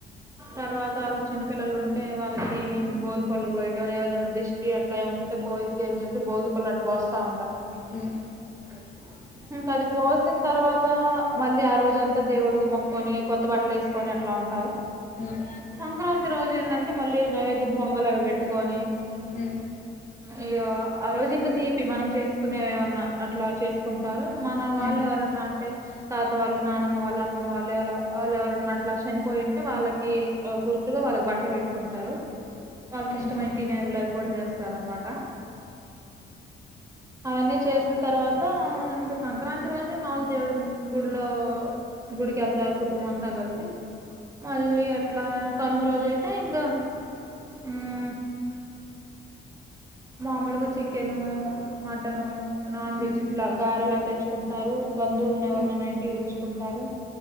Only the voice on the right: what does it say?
తర్వాత ఆ రోజు చిన్న పిల్లలు ఉంటే వాళ్ళకి భోగి పడ్ళు పోయటం ఏవదైనా దిష్ ష్టి అట్లా ఉంటే పోయిద్ది అని చెప్పి భోగిపల్ అటు పోస్తాం
అ ఇంకా అది పోసిన తర్వాత మళ్ళీ ఆ రోజంతా దేవుడికి మొక్కొని కొత్త బట్టలు వేసుకొని అట్లా ఉంటారు
సంక్రాంతి రోజు ఎందంటే మళ్ళీ నైవేద్యం పొంగలు అవి పెట్టుకొని
ఇగ ఆ రోజు ఇంక తీపి మనం చేసుకునేవి ఏవన్నా అట్లా చేసుకుంటారు మన
వాళ్ళు ఎవరన్నా అంటే తాత వాళ్ళు నానమ్మ వాళ్ళు అమ్మమ్మ వాళ్ళు ఎవరో వాళ్ళు ఎవరన్నా అట్లా చనిపోయి ఉంటే వాళ్ళకి గుర్తుగా వాళ్ళకి బట్టలు పెట్టుకుంటారు వాళ్ళకి
ఇష్టమైన తినేవిలు అవి కూడా చేస్తారు అనమాట అ అవన్నీ చేసిన తర్వాత ఇంక సంక్రాంతి రోజు మామూలు దేవుడు గుడిలో గుడికెళ్తారు కుటుంబ అంతా కలిసి మళ్ళీ అట్లా కనుమ రోజు అయితే ఇంగా ఉమ్ మామూలుగా చికెను, మటన్, నాన్
వెజ్ ఇట్లా గారె లా తెచ్చుకుంటన్నారు బందు వుళ్ళు ఎవరైనా
ఇంటికి పిలుచుకుంటారు